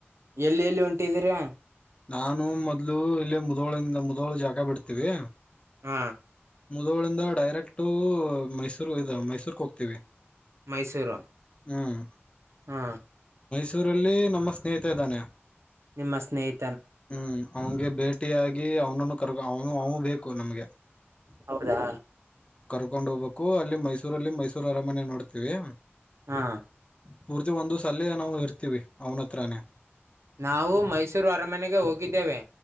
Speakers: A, on the right; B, on the left.
A: ಎಲ್ಲಿ ಎಲ್ಲಿ ಉಂಟಿದೀರಾ
B: ನಾನು ಮೊದ್ಲು ಇಲ್ಲೇ ಮುದೋಳಿಂದ ಮುದೋಳ ಜಾಗ ಬಿಡ್ತೀವಿ
A: ಹ್ಮ
B: ಹದಳಿಂದ ಡೈರೆಕ್ಟ್ ಮೈಸೂರು ಇದ ಮೈಸೂರ್ಕ್ ಹೋಗ್ತೀವಿ
A: ಮೈಸೂರು
B: ಹ್ಮ್
A: ಹಾ
B: ಮೈಸೂರಲ್ಲಿ ನಮ್ಮ ಸ್ನೇಹಿತ ಇದಾನೆ
A: ನಿಮ್ಮ ಸ್ನೇಹಿತತಿ
B: ಹ್ಮ್ ಅವನ್ಗೆ ಭೇಟಿಿಯಾಗಿ ಅವನನ್ನು ಕರ್ ಅವನು ಅವನು ಬೇಕು ನಮ್ಗೆ
A: ಹೌದಾ
B: ಕಕೊಂಡ್ ಹೋಗ್ಬೇಕು ಅಲ್ಲಿ ಮೈಸೂರಲ್ಲಿ ಮೈಸೂರು ಅರಮನೆ ನೋಡ್ತೀವಿ
A: ಹಾ
B: ಪೂರ್ತಿ ಒಂದು ಸಲ ನಾವು ಇರ್ತೀವಿ ಅವ್ನ ಹತ್ರಾನೇ
A: ನಾವು ಮೈಸೂರು ಅರಮನೆಗೆ ಹೋಗಿದ್ದೇವೆ